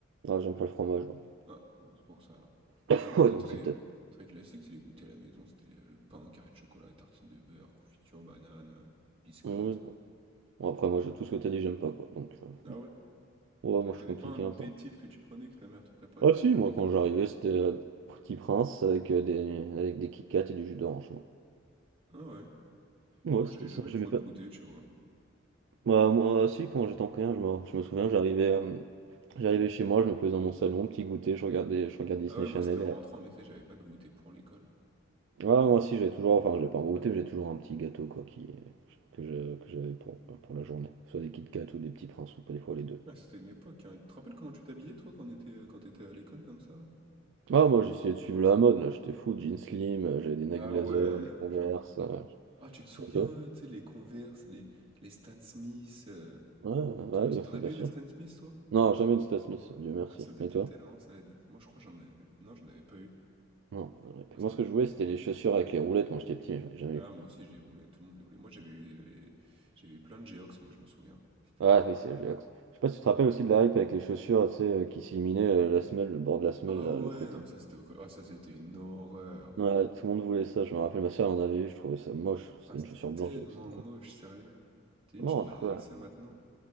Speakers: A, on the right (about 65°); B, on the right (about 30°).
A: Ah, j'aime pas le fromage. donc.
B: Ah, ouais, c'est pour ça, là.
A: <laughs>
B: Par exemple,
A: Ouais,
B: c'était
A: donc c'est peut-être.
B: très, très classique, c'est les goûters à la maison. C'était le, le pain, carré de chocolat, tartine de beurre, confiture, banane, euh, biscotte.
A: Oui. Bon, après, moi, je- tout ce que t'as dit, j'aime pas quoi. Donc, euh,
B: Ah ouais?
A: ouais,
B: Toi,
A: moi, je
B: T'avais
A: suis compliqué
B: pas un goûter
A: un peu.
B: type que tu prenais, que ta mère te préparait
A: Ah,
B: quand
A: si,
B: t'allais
A: moi,
B: à l'école?
A: quand j'arrivais, c'était euh, Petit Prince avec euh, des, avec des Kit Kat et du jus d'orange.
B: Ah ouais.
A: moi.
B: Moi,
A: Ouais, c'était
B: j'avais jamais
A: ça, j'aimais
B: trop
A: pas.
B: de goûter, tu vois.
A: Bah, moi, si, quand j'étais en primaire, je me, je me souviens, j'arrivais. euh, J'arrivais chez moi, je me posais dans mon salon, petit goûter, je regardais, je regardais
B: Ah
A: Disney
B: ouais,
A: Channel.
B: moi, c'était en
A: Et...
B: rentrant, mais tu sais, j'avais pas de goûter pour l'école.
A: Ah, moi aussi, j'avais toujours, enfin, j'ai pas un gros goûter, mais j'ai toujours un petit gâteau quoi, qui, que je- que j'avais pour, pour la journée. Soit des Kit Kat ou des petits princes, ou pas des fois les deux.
B: Ah, c'était une époque, hein. Tu te rappelles comment tu t'habillais, toi, quand t'étais, quand t'étais à l'école, comme ça, là?
A: Ah, moi, j'essayais de suivre la mode, là, j'étais fou, jeans slim, euh, j'avais des Nike
B: Ah
A: Blazer,
B: ouais,
A: des Converse,
B: je vois.
A: euh,
B: Ah, tu te souviens,
A: et toi?
B: euh, tu sais, les Converse, les, les Stan Smith, euh,
A: Ouais, ah
B: tu tu-
A: oui,
B: t'en
A: enfin,
B: avais
A: bien sûr.
B: eu des Stan Smith, toi?
A: Non, jamais de Stan Smith, Dieu merci.
B: Ah, ça datait
A: Et toi?
B: tellement, ça, les dates. Moi, je crois que j'en avais... Non, j'en avais pas eu.
A: Non. non, et puis
B: Moi, c'était...
A: Moi, ce que
B: ma-
A: je voulais, c'était les chaussures avec les roulettes quand j'étais petit, mais j'en ai jamais
B: Ah,
A: eu.
B: moi aussi, je les voulais, tout le monde les voulait. Moi, j'avais eu les... J'avais eu plein de Geox, moi, je me souviens. C'était
A: Ah
B: un peu...
A: oui, c'est Ajax. Je sais pas si tu te rappelles aussi de la hype avec les chaussures, tu sais, euh, qui s'illuminaient, euh, la semelle, le bord de la semelle,
B: Ah
A: là,
B: ouais,
A: le côté.
B: non mais ça c'était au col- Ah ça c'était une horreur.
A: Ouais, tout le monde voulait ça, je me rappelle, ma soeur en avait eu, je trouvais ça moche, c'était
B: Ah c'était
A: une chaussure blanche
B: tellement
A: avec ça.
B: moche, sérieux. T'imagines,
A: Non,
B: tu te
A: après,
B: balades avec ça maintenant?